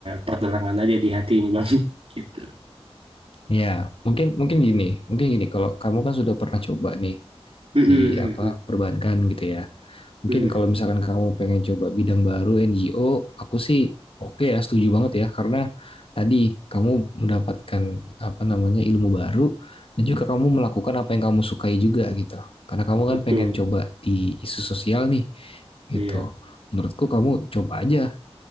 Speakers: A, on the right; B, on the left.
A: pertentangan aja di hati ini Bang <laughs> gitu.
B: ya mungkin mungkin gini, mungkin gini kalau kamu kan sudah pernah coba nih
A: Mm-mm,
B: di
A: mm-mm,
B: apa perbankan gitu ya. Mungkin
A: mm-mm.
B: kalau misalkan kamu pengen coba bidang baru NGO, aku sih oke ya, setuju banget ya. Karena tadi kamu mendapatkan apa namanya ilmu baru dan juga kamu melakukan apa yang kamu sukai juga gitu. Karena kamu
A: Betul.
B: kan pengen coba di isu sosial nih gitu.
A: Iya.
B: Menurutku kamu coba aja,